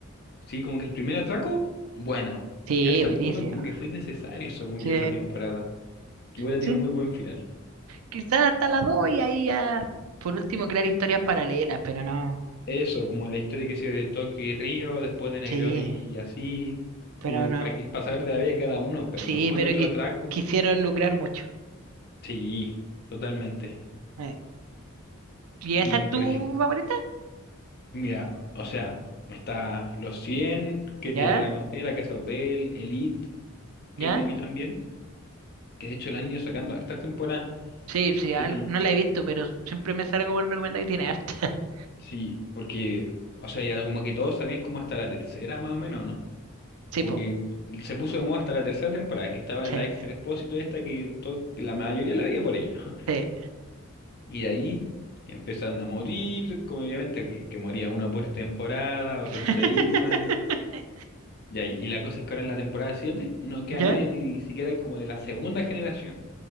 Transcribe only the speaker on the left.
Sí, como que el primer atraco, bueno.
Y al segundo,
como que fue innecesario según
yo esa temporada. Hubiera
tenido muy buen final.
Eso, como la historia que se dio de Tokio y Río, después de Nairobi
y así.
Como
para saber de la vida de cada uno, pero
no como
en otro
atraco.
Sí, totalmente.
Y
por
ejemplo,
mira, o sea. Está Los cien que
te la conté, La Casa de Papel, Elite, que
me vi también, que de hecho la han ido sacando hartas temporadas.
Creo que
sí, porque, o sea, ya como que todos sabían como hasta la tercera más o menos, ¿no?
Como
que se puso de moda hasta la tercera temporada, que estaba
la extra Expósito esta que, to- que la mayoría la veía por ella. <laughs>
Y de ahí ya empezaron a morir, como obviamente que, que moría uno por temporada, otros
se iban. Ya, y y la cosa es que ahora en la temporada 7 no queda
nadie ni siquiera como de la segunda generación.